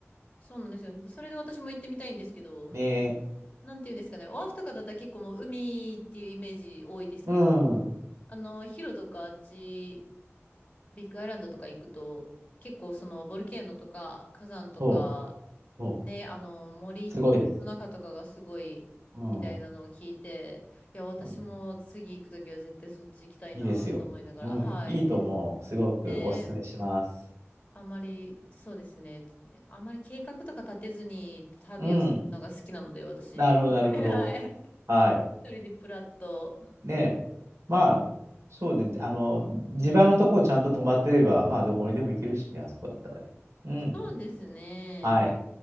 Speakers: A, on the left (about 25°); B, on the right (about 85°).
A: そうなんですよ。それで私も行ってみたいんですけど、
B: う。ね
A: なんていうんですかね。オアフとかだったら結構もう海っていうイメージ多いですけど、
B: うん。
A: あの、ヒロとかあっちビッグアイランドとか行くと、結構そのボルケーノとか火山とか、
B: そう。そ
A: ね、あの森の中とかがすごいみたいなのを聞いて、
B: う。すごいです。うん。う
A: いや、私も次行くときは絶対そっち行きたいなと思いながら、
B: んいいですよ。うん。
A: はい。
B: いいと思う。
A: で、
B: すごくおすすめします。
A: ね、あまり、そうですね、あまり計画とか立てずに旅をするのが好きなので、
B: うん。
A: 私。
B: なるほど、なるほど。
A: <laughs> はい。
B: はい。
A: 一人でプラッと。
B: ねまあ、そうね。あの、地場のとこちゃんと止まってれば、まあ、どこにでも行けるしね、あそこだったらね。うん。
A: そうですね。
B: はい。